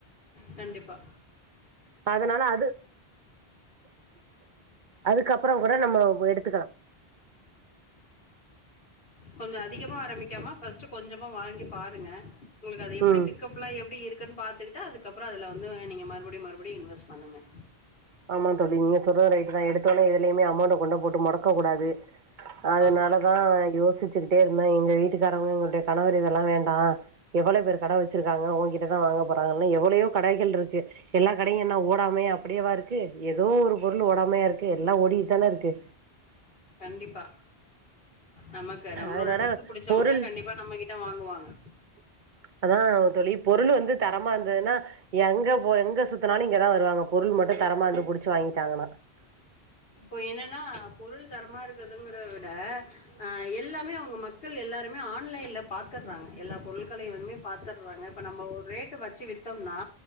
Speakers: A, on the left; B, on the right.
A: கண்டிப்பா
B: அதனால அ அதுக்கப்புற கூட நம்ம எடுத்துக்கலா
A: கொஞ்ச அதிகமா ஆரம்பிக்காம ஃபர்ஸ்ட் கொஞ்சமா வாங்கி பாருங்க உங்களுக்கு அது எப்டி
B: ம்
A: பிக்கப்ல்லா எப்டி இரு க்குன் பாத்துட்டு அதுக்கப்புற அதுல வந்து நீங்க மறுபடியு மறுபடியு இன்வெஸ்ட் பண்ணுங்க
B: ஆமா தோழி நீங்க சொல்றது ரைட்டு தா எடுத்த ஒனே எதுலயுமே அமௌண்ட கொண்ட போட்டு முடக்க கூடாது அதனாலதா
A: ஆமா.
B: யோசிச்சுகிட்டே இருந்தே எங்க வீட்டுக்காரங்க எங்களுடைய கணவர் இத லாம் வேண்டா எவ்வளவு பேர் கடை வச் சிருக்காங்க உங்கிட்ட தா வாங்க போறாங்க எவ்வளயோ கடைகள் இருக்கு எல்லா கடையு என்ன ஓடாம அப்படியேவா இருக்கு க்கு ஏதோ ஒரு பொருள் ஓடாமையா இருக்கு எல்லா ஓடிட்டுதான இருக்கு
A: கண்டிப்பா நமக்கு நம்மளோட
B: அதனால
A: டிரெஸ் புடிச்சவங்க
B: பொருள்
A: கண்டிப்பா நம்மகிட்ட வாங்கு வாங்க
B: அதா தோழி பொருள் வந்து தரமா இருந்ததுன்னா எங்க போ எங்க சுத்தினாலு இங்கதா வருவாங்க பொருள் மட்டு தரமா இருந்து புடிச்சு வாங்கிட்டாங்கன்னா
A: இப்போ என்னன்னா பொருள் தரமா இருக்குதுங்கிறத விட அ எல்லாமே அவங்க மக்கள் எல்லாருமே ஆன்லைன்ல பாத்துர்றாங்க எல்லா பொருள்களையும்மே பாத்துறாங்க இப்ப நம்ம ஒரு ரேட்டு வச்சு வித்தோம்னா